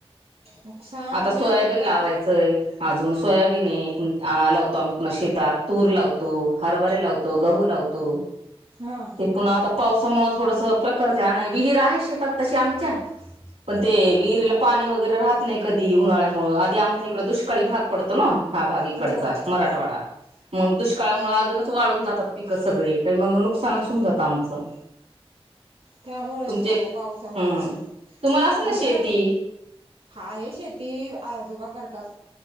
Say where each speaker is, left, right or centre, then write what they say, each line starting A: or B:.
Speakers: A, on the right; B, on the right.
A: नुकसान
B: आता
A: म्हणजे
B: सोयाबीन
A: एका
B: लावायचंय. अजून सोयाबीन आहे लावतो आम्ही पुन्हा शेतात. तूर लावतो. हरभरे लावतो. तो. गहू लावतो.
A: हां.
B: ते पुन्हा आता पावसामुळे थोडस प्रकरच आहे. विहीर आहे शेतात तशी आमच्या. पण ते विहिरीला पाणी वगैरे राहत नाही कधी उन्हाळ्यामुळ. आधी आमच्या इकडं दुष्काळी भाग पडतो ना? हा भाग इकडचा
A: होय
B: मराठवाडा. मग दुष्काळामुळे अजूनच वाळून जातात पिक सगळे. तर मग नुकसानच- होऊन जात आमचं.
A: त्यामुळेच
B: तुमचे
A: ओ पावसामुळच.
B: हम्म तुम्हाला असेल ना
A: आमच्याकडं-
B: शेती
A: आहे शेती. आजोबा करतात.